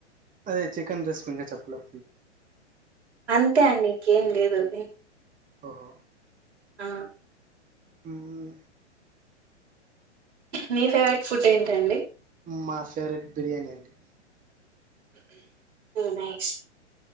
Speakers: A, on the right; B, on the right.
A: అదే చికెన్ రిస్ ఇంకా చెప్పలే
B: అంతే అండింకేం లేదు అది
A: ఓహో
B: ఆ
A: హ్మ్మ్
B: మీ ఫేవరెట్ ఫుడ్ ఏంటండి
A: మా ఫేవరెట్ బిర్యానీ అండి
B: నైస్